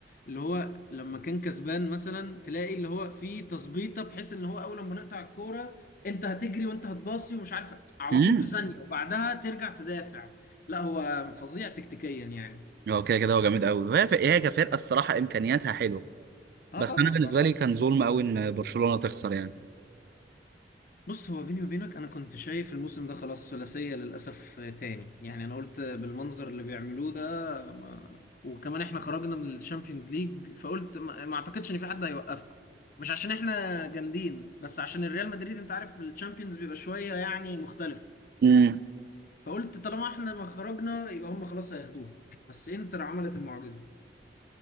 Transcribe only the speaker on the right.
امم
هو كده كده هو جامد قوي هي هي كفرقه الصراحه امكانياتها حلوه
بس
انا بالنسبه
لي كان ظلم قوي ان برشلونه تخسر يعني
امم